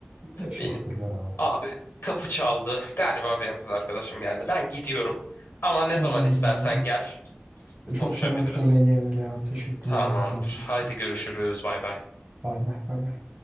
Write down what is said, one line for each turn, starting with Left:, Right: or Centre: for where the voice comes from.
Right: teşekkürler
Left: Benim
Right: abi.
Left: abi kapı çaldı. Galiba benim kız arkadaşım geldi. Ben gidiyorum. Ama ne
Right: Tamamdır
Left: zaman istersen
Right: abi.
Left: gel konuşabiliriz.
Right: Çok selam Tamam. söyle yenge abi. Teşekkür
Left: Tamamdır.
Right: ederim dinlediğin
Left: Haydi
Right: için.
Left: görüşürüz. Bay bay.
Right: Bay bay bay bay.